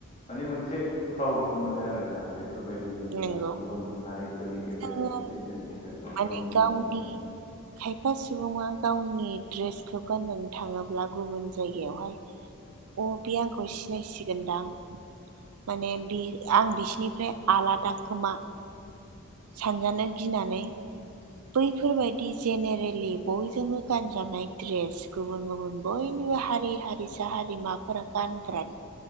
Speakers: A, on the left (about 35°); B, on the right (about 90°).
A: माने मोनसे फ्राउद मोनो आरोना बे बेफोर बायदि नुयोब्ला
B: नंगौ
A: गुबुन हारिफोरनि गेजेराव
B: जोङो
A: जुदि जों बेफोरखौ
B: माने
A: नुनो
B: गावनि
A: मोनोब्ला
B: खायफा सुबुंङा गावनि दड्रेसखौ गाननानै थाङोब्ला गुबुन जायगायावहाय अ बे आंखौ सिनायसिगोनदां माने बे आं बिसिनिफ्राय आलादा खोमा सानजानो गिनानै बैफोर बायदि जेनेरेलि बयजोंबो गानजानाय दड्रेस गुबुन गुबुन बयनिबो हारि हारिसा हारिमाफोरा गानग्रा